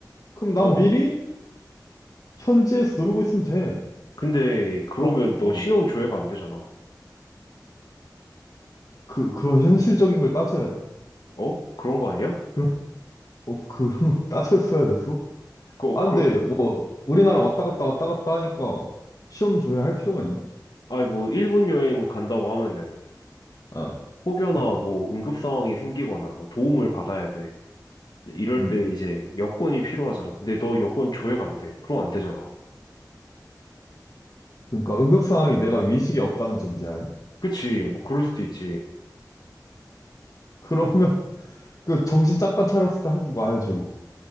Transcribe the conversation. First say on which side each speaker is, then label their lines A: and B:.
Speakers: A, on the left; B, on the left.
A: 그럼 난
B: 어.
A: 미리 현지에서 놀고 있으면 돼.
B: 근데 그러면
A: 밥,
B: 너
A: 어,
B: 신원 조회가 안 되잖아.
A: 그, 그런 현실적인 걸 따져야 돼.
B: 어? 그런 거 아니야?
A: 그런, 어, 그런 거 <laughs> 따졌어야 됐어?
B: 그, 어,
A: 아,
B: 그,
A: 근데 뭐, 우리나라 왔다 갔다 왔다 갔다 하니까 시험 줘야 할 필요가 있나?
B: 아니 뭐 일본 여행 간다고 하면은
A: 아,
B: 혹여나
A: 음.
B: 뭐 응급 상황이 생기거나 뭐 도움을 받아야 돼. 근데 이럴
A: 음.
B: 때 이제 여권이 필요하잖아. 근데 너 여권 조회가 안 돼. 그럼 안 되잖아.
A: 그러니까 응급 상황이 내가 위식이 없다는 전제하에
B: 그치? 뭐 그럴 수도 있지.
A: 그러면 <laughs> 그 정신 잠깐 차렸을 때 한국 와야지 뭐.